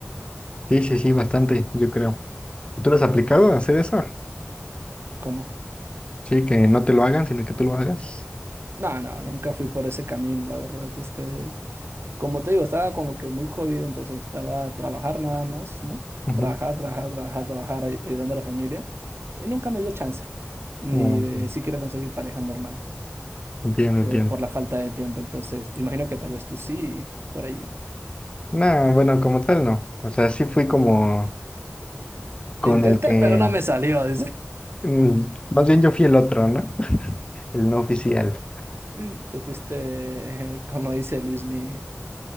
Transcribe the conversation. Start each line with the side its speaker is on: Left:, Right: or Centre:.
Left: Sí, sí, sí, bastante, yo creo. ¿Tú lo has aplicado a hacer eso?
Right: ¿Cómo?
Left: Sí, que no te lo hagan, sino que tú lo hagas.
Right: No, no, nunca fui por ese camino, la verdad. Este, como te digo, estaba como que muy jodido, entonces estaba a trabajar nada más, ¿no?
Left: Ujú.
Right: Trabajar, trabajar, trabajar, trabajar, ay- ayudando a la familia. Y nunca me dio chance, ni
Left: Ah, ok.
Right: de siquiera conseguir pareja normal,
Left: Entiendo,
Right: eh,
Left: entiendo.
Right: por la falta de tiempo. Entonces, te imagino que tal vez tú sí, por ahí.
Left: No, bueno, como tal no. O sea, sí fui como con
Right: Lo intenté,
Left: el que,
Right: pero no me salió, dice.
Left: mm, más bien yo fui el otro, ¿no? <laughs> El no oficial.
Right: Mm, Tú fuiste, eh, como dice Luismi,